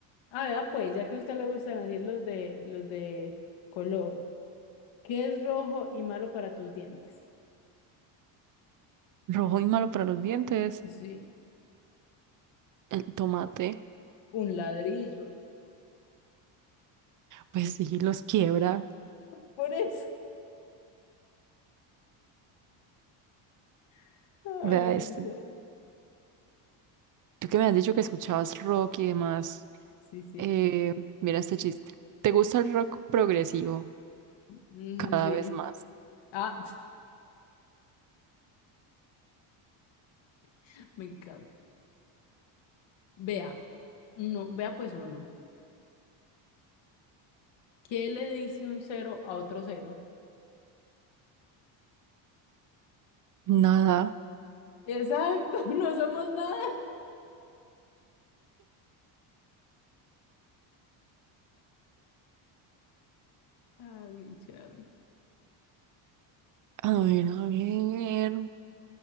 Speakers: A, on the left (about 65°); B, on the right (about 40°).
A: A ver, pues, ya que a usted le gustan así los de, los de color, ¿qué es rojo y malo para tus dientes?
B: Rojo y malo para los dientes.
A: Sí,
B: El tomate,
A: un ladrillo.
B: pues sí, los quiebra.
A: Por eso. <laughs> Ay,
B: Vea
A: muy
B: este.
A: chévere.
B: Tú que me has dicho que escuchabas rock y demás.
A: Sí, sí.
B: Eh, mira este chiste. ¿Te gusta el rock progresivo?
A: Mm,
B: Cada
A: sí.
B: vez más.
A: Ah, <laughs> me encanta. Vea. No, vea pues uno. ¿Qué le dice un cero a otro cero?
B: Nada.
A: Exacto, <laughs> no somos nada. Ay, mi charro.
B: A ver, a ver.